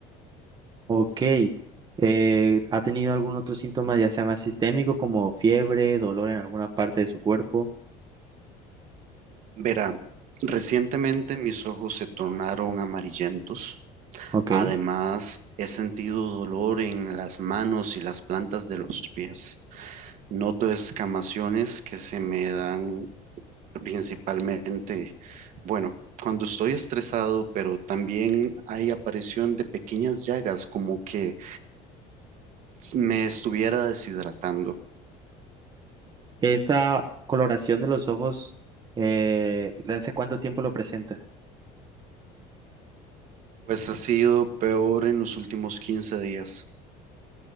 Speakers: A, on the right; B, on the right.
A: Ok. Eh, ¿ha tenido algún otro síntoma, ya sea más sistémico, como fiebre, dolor en alguna parte de su cuerpo?
B: Verá, recientemente mis ojos se tornaron amarillentos
A: Ok.
B: Además, he sentido dolor en las manos y las plantas de los pies. Noto escamaciones que se me dan principalmente, bueno, cuando estoy estresado, pero también hay aparición de pequeñas llagas como que me estuviera deshidratando.
A: ¿Esta coloración de los ojos, eh, ¿hace cuánto tiempo lo presenta?
B: Pues ha sido peor en los últimos 15 días.